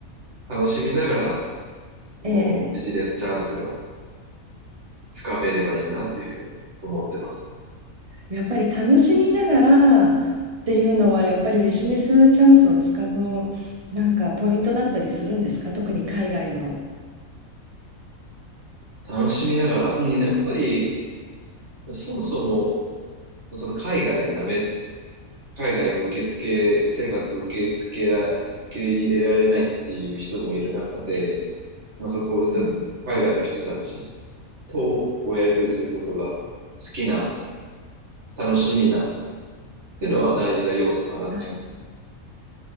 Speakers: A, on the right (about 50°); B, on the right (about 30°).
A: 楽しみながら、こう、
B: ええ、
A: ビジネスチャンスがつかめればいいなっていうふうに思ってます。
B: やっぱり楽しみながらっていうのは、やっぱりビジネスチャンスをつかむ、なんかポイントだったりするんですか特に海外の。
A: 楽しみながら、うん、やっぱり、そもそも、その海外がダメっ海外を受け付け、生活を受け付けら、受け入れられないっていう人もいる中で、まあ、そこをさ海外の人たち
B: はい。
A: とこうやり取りすることが好きな、楽しみなっていうのは大事な要素かなっていう。
B: はい